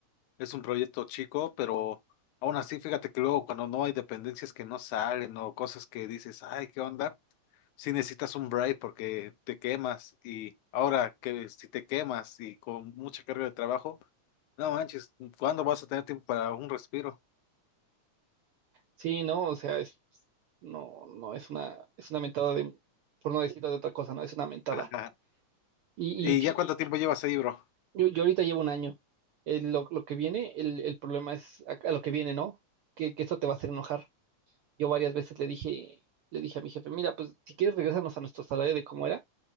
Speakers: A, on the left; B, on the right.
A: Es un proyecto chico, pero aún así, fíjate que luego cuando no hay dependencias que no salen o cosas que dices, ay, ¿qué onda? si necesitas un break porque te quemas y ahora que si te quemas y con mucha carga de trabajo, no manches, ¿cuándo vas a tener tiempo para un respiro?
B: Sí, no, o sea, es, no, no, es una, es una mentada de, por no decirlo de otra cosa, no, es una mentada.
A: <laughs>
B: Y,
A: ¿Y
B: y fi-
A: ya cuánto tiempo llevas ahí, bro?
B: yo, yo ahorita llevo un año. Eh, lo, lo que viene, el, el problema es a, a lo que viene, ¿no? Que, que eso te va a hacer enojar. Yo varias veces le dije, le dije a mi jefe, mira, pues si quieres regresarnos a nuestro salario de cómo era,